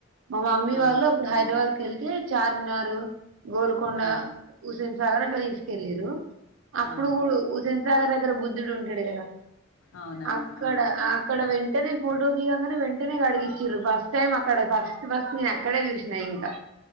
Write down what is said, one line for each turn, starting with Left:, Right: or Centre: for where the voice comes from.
Right: మా మమ్మీ
Left: ఆ
Right: వాళ్ళు అప్పుడు హైదరాబాద్ యేల్తే చార్మినారు గోల్కొండ
Left: ఆ
Right: హుసేన్ సాగర్ అట్లా తీసుకెళ్లిరు అప్పుడు
Left: ఆహా
Right: కూడు హుస్సేన్ సాగర్ దగ్గర బుద్ధుడు ఉంటాడు కదా
Left: అవునవును
Right: అక్కడ
Left: అవునండి
Right: ఆ అక్కడ వెంటనే పోటో దిగంగానే వెంటనే కడిగిచ్చిరు ఫస్ట్ టైమ్ అక్కడ ఫస్ట్ ఫస్ట్ నేను అక్కడే చూసి నిను ఇంకా